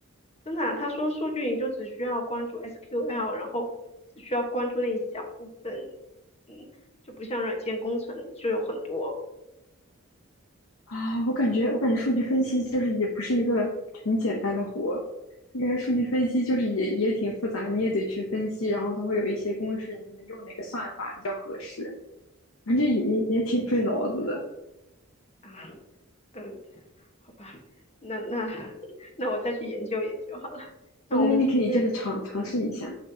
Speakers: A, on the left; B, on the left.
A: 真的啊他说数据你就只需要关注 SQL，然后只需要关注那一小部分，嗯，就不像软件工程就有很多
B: 啊！我感觉，我感觉数据分析就是也不是一个很简单的活。我感觉数据分析就是也也挺复杂，你也得去分析，然后它会有一些公式，你可能用哪个算法比较合适，反正也也也挺费脑子的。
A: 啊，<laughs> 嗯，好吧，那那 <laughs> 那我再去研究研究好了。那我们今天，
B: 我感觉你可以就是尝尝试一下。
A: 嗯，